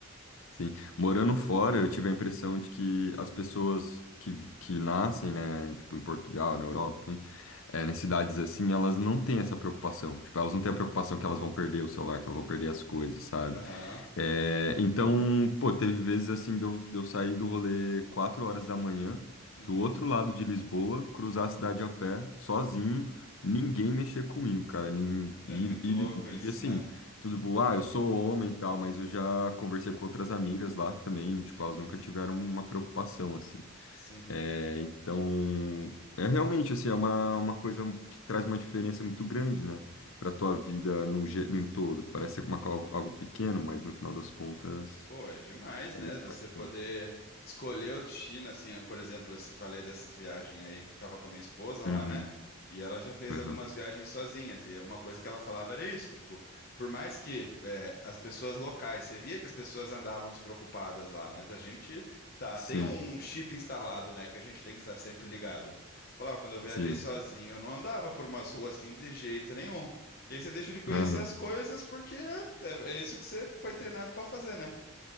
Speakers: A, on the left (about 65°); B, on the left (about 45°).
A: Sim. Morando fora, eu tive a impressão de que as pessoas que, que nascem, né, tipo, em Portugal, na Europa, enfim, é, nas cidades assim, elas não têm essa preocupação. Tipo, elas não têm a preocupação que elas vão perder o celular, que elas vão perder as coisas, sabe?
B: Aham,
A: É, então, pô, teve vezes assim de eu, de eu sair do rolê 4 horas da manhã,
B: uhum.
A: do outro lado de Lisboa, cruzar a cidade a pé, sozinho, ninguém mexer comigo, cara. nin- E,
B: É muito louco isso,
A: e, e, assim,
B: né?
A: tudo, bom, ah, eu sou homem e tal, mas eu já conversei com outras amigas lá que também, tipo, elas
B: Uhum.
A: nunca tiveram uma preocupação, assim.
B: Sim.
A: É, então, é realmente assim, é uma, uma coisa que traz uma diferença muito grande, né, para tua vida no, ge- em todo. Parece uma, co- algo, algo pequeno, mas no final das contas
B: Pô, é demais,
A: é
B: né?
A: muito
B: Você
A: impactante.
B: poder escolher o destino, assim, né? por exemplo, eu falei dessa viagem aí, tava com a minha esposa
A: Uhum,
B: lá, né? E ela já fez
A: uhum.
B: algumas viagens sozinhas, e uma coisa que ela falava era isso, tipo, por mais que é, as pessoas locais, você via que as pessoas andavam despreocupadas lá, mas a gente tá,
A: Sim,
B: tem um chip instalado, né, que a gente tem que estar sempre ligado. Falava, quando eu viajei
A: sim.
B: sozinho, eu não andava por umas ruas assim de jeito nenhum. E aí você deixa de conhecer
A: Aham,
B: as coisas porque é, é isso que você foi treinado pra fazer, né?